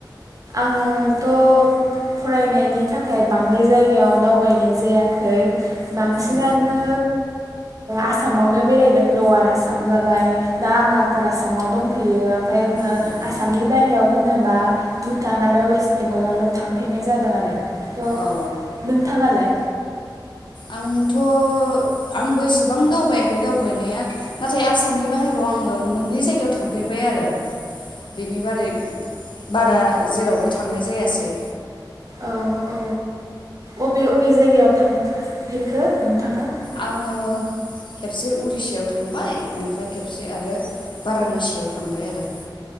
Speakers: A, on the right; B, on the left.
A: आङोथ' फरायनायनि थाखाय बांद्राय जायगायाव दावबायनाय जायाखै बांसिनानो
B: औ
A: आसामावनो बेरायदों लवार आसाम जाबाय दा आङो आफार आसामाव दंफैयो ओमफ्राय आङो
B: औ औ
A: आसामनि बायहेरायाव होनोबा भुटान आरो वेस्ट बेंगलावल' थांफेरनाय जादों आरो थ'
B: औ
A: नोंथाङालाय
B: आंथ' आंबो इसेबां दावबायाखै दावबायनाया नाथाय आसामनि बाहेरायाव आङो मोननै जायगायाव थांफेरबाय आरो बेनि बारै बारा जेरावबो थांनाय जायासै
A: औ औ अबे अबे जायगायाव थां फेरखो नोंथाङा
B: आङो खेबसे उरिसायाव थांबाय बेनिफ्राय खेबसे आरो बारानासियाव थांबाय आरो